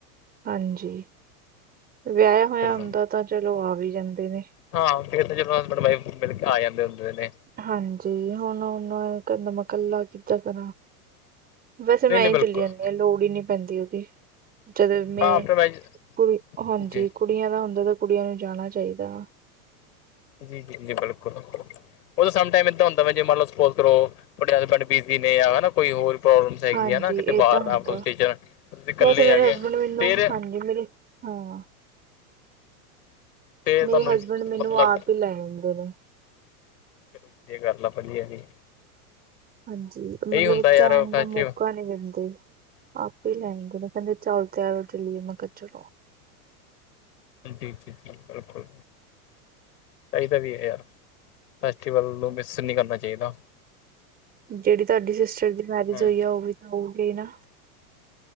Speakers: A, on the right (about 20°); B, on the left (about 80°).
A: ਹਾਂਜੀ, ਵਿਆਇਆ ਹੋਇਆ
B: ਚਲੋ
A: ਹੁੰਦਾ ਤਾਂ ਚਲੋ ਆ ਵੀ ਜਾਂਦੇ ਨੇ।
B: ਹਾਂ, ਫੇਰ ਤਾਂ ਚਲੋ ਹਸਬੈਂਡ-ਵਾਈਫ ਮਿਲ ਕੇ ਆ ਜਾਂਦੇ ਹੁੰਦੇ ਨੇ।
A: ਹਾਂਜੀ, ਹੁਣ ਓਨੂੰ ਕੈਂਹਿਦਾ ਮੈਂ ਕੱਲਾ ਕਿੱਦਾਂ ਕਰਾਂ? ਵੈਸੇ
B: ਨਹੀਂ
A: ਮੈਂ
B: ਨਹੀਂ
A: ਈ
B: ਬਿਲਕੁਲ
A: ਚੁੱਲੀ ਜਾਂਨੀ ਆ ਲੋੜ ਈ ਨੀ ਪੈਂਦੀ ਓਦੀ। ਜਦੋਂ ਮੈਂ
B: ਹਾਂ ਆਫਟਰ ਮੈਰਿਜ
A: ਕੁੜੀ ਹਾਂਜੀ,
B: ਜੀ
A: ਕੁੜੀਆਂ ਦਾ ਹੁੰਦਾ ਤਾਂ ਕੁੜੀਆਂ ਨੂੰ ਜਾਣਾ ਚਾਹੀਦਾ ਵਾ।
B: ਜੀ-ਜੀ-ਜੀ, ਬਿਲਕੁਲ। ਉਹ ਸਮ ਟਾਈਮ ਇੱਦਾਂ ਹੁੰਦਾ ਵ ਜੇ ਮੰਨ ਲੋ ਸਪੋਜ ਕਰੋ, ਤੁਹਾਡੇ ਹਸਬੈਂਡ ਬਿਜ਼ੀ ਨੇ, ਯਾ ਨਾ ਕੋਈ ਹੋਰ। ਪ੍ਰੋਬਲਮ ਸਹੀ ਹੈਗੀ
A: ਹਾਂਜੀ
B: ਆ ਨਾ, ਕਿਤੇ
A: ਏਦਾਂ
B: ਬਾਹਰ
A: ਹੁੰਦਾ
B: ਨਾ ਆਪ ਅਸੀਂ ਇਕੱਲੇ
A: ਵੈਸੇ
B: ਹੈਗੇ
A: ਮੇਰੇ ਹਸਬੈਂਡ
B: ਆ,
A: ਮੈਨੂੰ
B: ਫਿਰ
A: ਹਾਂਜੀ ਮੇਰੀ। ਹਾਂ
B: ਤੇ
A: ਮੇਰੇ
B: ਤੁਹਾਨੂੰ
A: ਹਸਬੈਂਡ, ਮੈਨੂੰ
B: ਮਤਲਬ
A: ਆਪ ਹੀ ਲੈ ਆਦੇ ਨੇ
B: ਚਲੋ ਵਧੀਆ ਗੱਲ ਆ, ਵਧੀਆ ਜੀ।
A: ਹਾਂਜੀ,
B: ਇਹੀ
A: ਮਤਲਬ
B: ਹੁੰਦਾ ਯਾਰ
A: ਕਹਿਣ
B: ਫੈਸਟੀਵਲ
A: ਦਾ ਮੌਕਾ ਨਹੀਂ ਦਿੰਦੇ। ਆਪ ਹੀ ਲੈਗੇ ਨਾ, ਕਹਿੰਦੇ ਚਲ ਤਿਆਰ ਹੋ ਚੱਲਿਏ, ਮੈਂ ਕੇਹਾ ਚਲੇ।
B: ਜੀ ਜੀ ਜੀ ਰੱਖੋ ਰੱਖੋ ਚਾਹੀਦਾ ਵੀ ਹੈ ਯਾਰ, ਫੈਸਟੀਵਲ ਨੂੰ ਮਿਸ। ਨਹੀਂ ਕਰਨਾ ਚਾਹੀਦਾ
A: ਜਿਹੜੀ ਤੁਹਾਡੀ ਸਿਸਟਰ ਦੀ ਮੈਰਿਜ
B: ਹੂੰ
A: ਹੋਈ ਆ, ਉਹ ਵੀ ਤਾਂ ਹੋਊਗੀ ਨਾ।